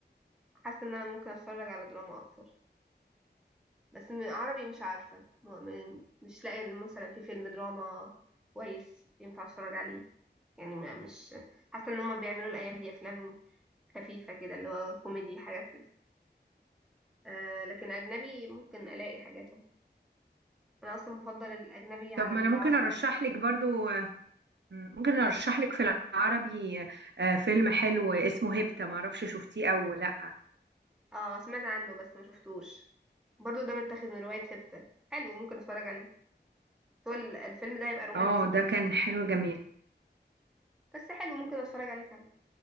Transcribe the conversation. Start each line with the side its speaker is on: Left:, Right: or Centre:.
Centre: حاسه ان انا ممكن اتفرج على دراما اكتر بس م- عربي مش عارفة م- م- مش لاقية إن مثلا في فيلم دراما كويس ينفع اتفرج عليه يعني ما مش حاسة ان هما بيعملوا الايام دي افلام خفيفة كده اللي هو كوميدي حاجات كده آه لكن اجنبي ممكن الاقي حاجات اهو انا اصلا بفضل الاجنبي على
Right: طب ما
Centre: العربي
Right: انا ممكن ارشح لك برضو مم. ممكن
Centre: مم.
Right: ارشح لك في العربي آه، فيلم حلو اسمه هيبتا معرفش شفتيه او لا
Centre: اه سمعت عنه بس ما شفتوش برضو ده متاخد من رواية هبتة حلو ممكن اتفرج عليه هو ال- الفيلم ده هيبقى رومانسي
Right: اه ده كان حلو جميل
Centre: بس حلو ممكن اتفرج عليه فعلا